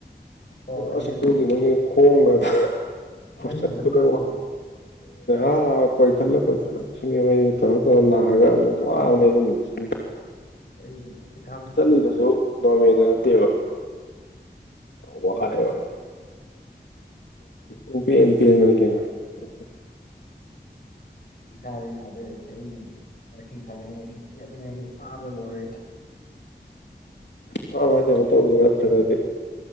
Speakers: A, on the left; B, on the left.
A: ꯍꯣꯏꯅꯦ
B: ꯑꯗꯨ ꯑꯁ ꯌꯗ ꯈꯣꯡꯒꯗ
A: ꯅꯪ
B: ꯆꯠꯄꯗꯧꯕ
A: ꯊꯤꯟꯅꯕ ꯃꯥꯟꯕ꯭ꯔꯣ
B: ꯑ ꯀꯣꯏ ꯐꯜꯂ ꯀꯣꯏ ꯐꯜꯂ ꯂꯧꯁꯤꯡ ꯑꯩ ꯇꯧꯔ ꯇꯧꯔ ꯂꯥꯛꯑꯒ ꯑꯗꯨꯝ ꯋꯥꯕꯅꯦ ꯑꯩ ꯑꯗꯨꯝ ꯅꯨꯡꯁꯤ ꯍꯥꯏꯦ
A: ꯑꯩ ꯈꯪꯗꯕꯅꯤ
B: ꯆꯠꯂꯤꯗꯨꯁꯨ ꯒꯣꯔꯃꯦꯟꯗ ꯅꯠꯇꯦꯕ ꯋꯥꯍꯥꯏꯣ ꯑꯜꯄꯤ ꯌꯦꯟ ꯄꯤ ꯃꯅꯤꯒꯦꯅ ꯆ
A: ꯁꯔꯦ ꯌꯥꯔꯦ <unintelligible> ꯉꯁꯤ ꯊ ꯉꯁꯤ ꯄꯤ ꯉꯁꯤ ꯋꯥꯕ ꯂ ꯂꯣ <unintelligible>
B: ꯃꯥꯏ ꯃꯥꯏ ꯀꯩꯅꯣ ꯇꯧꯕꯥ ꯅꯇꯔ꯭ꯒ ꯗꯤ